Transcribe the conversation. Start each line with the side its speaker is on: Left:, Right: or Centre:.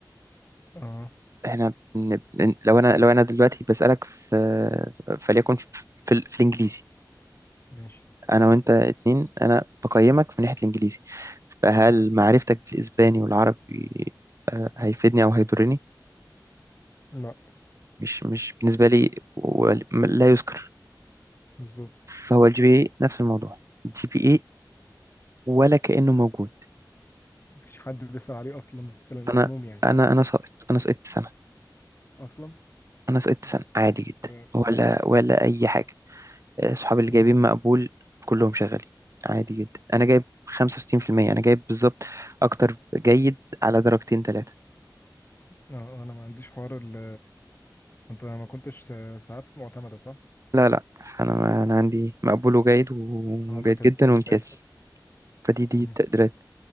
Left: اه
Right: احنا بن... بن- لو انا لو انا دلوقتي بسألك في فليكن في... في... في الانجليزي
Left: ماشي
Right: انا وانت اتنين انا بقيمك من ناحية الانجليزي فهل معرفتك بالاسباني والعربي آه، هيفيدني او هيضرني
Left: لا
Right: مش مش بالنسبة لي ول- لا يذكر
Left: بالظبط
Right: فهو الجي بي اي نفس الموضوع الجي بي اي ولا كأنه موجود
Left: مفيش حد بيسأل عليه اصلا في العموم
Right: انا
Left: يعني
Right: انا انا ساقط انا سقطت سنة
Left: اصلا
Right: انا سقطت سنة عادي جدا
Left: اه
Right: ولا ولا اي حاجة آه، صحابي اللي
Left: مهم.
Right: جايبين مقبول كلهم شغالين عادي جدا انا جايب 65% انا جايب بالظبط اكتر جيد على درجتين ثلاثة
Left: آه، آه، انا ما عنديش حوار ال انت ما كنتش آه، ساعات معتمدة صح؟
Right: لا لا انا
Left: آه،
Right: انا عندي مقبول وجيد وجيد
Left: عندك التقديرات
Right: جدا وامتياز فدي دي
Left: مهم.
Right: التقديرات